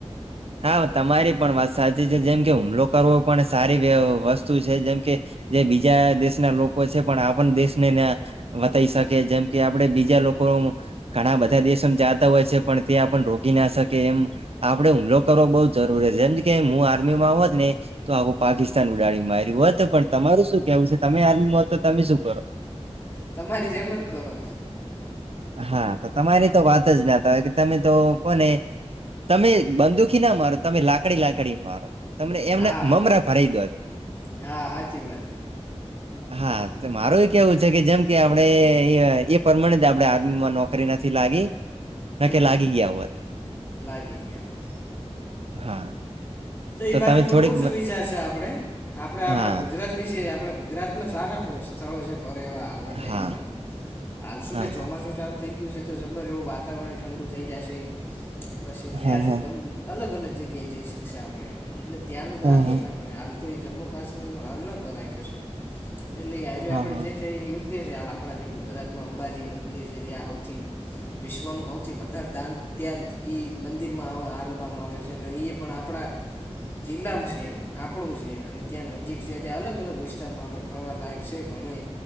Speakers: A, on the right (about 60°); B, on the left (about 20°).
A: હા તમારી પણ વાત સાચી છે જેમ કે હુમલો કરવો પણ સારી વ વસ્તુ છે જેમ કે. જે બીજા દેશના લોકો છે પણ આપણ દેશને બતાઈ શકે જેમ કે આપડે બીજા લોકો ઘણા બધા દેશમ જાતા હોય છે પણ ત્યાં પણ રોકી ના શકે એમ આપડે હુમલો કરવો બઉ જરૂરી છે જેમ કે હું આર્મીમાં હોત ને તો હું પાકિસ્તાન ઉડાડી માર્યું હોત પણ તમારું શું કેવું છે તમે આર્મીમાં હોત તો તમે શું કરો.
B: તમારી જેમ જ કરો.
A: હા તો તમારી તો વાત જ નાતા હોય કે તમે તો કોને તમે બંદુખી ના મારો તમે લાકડી લાકડી મારો તમને એમને
B: હા
A: મમરા ભરાઈ દોત.
B: હા સાચી વાત
A: હા મારું એ કેવું છે કે જેમ કે આપડે એ પ્રમાણે આપડે નોકરી નથી લાગી ના
B: હમ
A: કે લાગી ગયા હોત.
B: લાગી ગયા
A: હા.
B: તોઈ
A: તો
B: બાજુ
A: તમે
B: થોડું
A: થોડીક
B: ઓછું
A: મ
B: વિચારશે આપડે આપડે આપડા
A: હા
B: ગુજરાત આપડે ગુજરાતમાં સારા સ્થળો છે. ફરે એ હાલની ટાઈમમાં
A: હા
B: હાલ શું
A: હા
B: કે ચોમાસું
A: હા
B: ચાલું થઈ ગયું છે તો જબર એવું વાતાવરણ ઠંડુ થઈ જશે પછી
A: હા
B: ત્યાંથી
A: હા હા
B: ગમ અલગ અલગ જગ્યાએ જઈ શકશે આપણે એટલે ત્યાંનું જ
A: હા
B: રાખીએ ને આપણે આપણે હાલ તો એ જમ્મુ કાશ્મીર નો હાલ ન કરાય કેશું એટલે આજુ
A: હા
B: આપડે
A: હા
B: જે છે <unintelligible> આપણા જે ગુજરાત માં અંબાજી મંદિર છે જ્યાં સૌથી વિશ્વનું સૌથી વધારે દાન ત્યાં મંદિરમાં આલવામાં છે અને એ પણ આપણા જિલ્લામાં છે એમ આપણું છે અને ત્યાં નજીક છે ત્યાં અલગ અલગ વિસ્તારમાં આપણે ફરવા લાયક છે ઘણું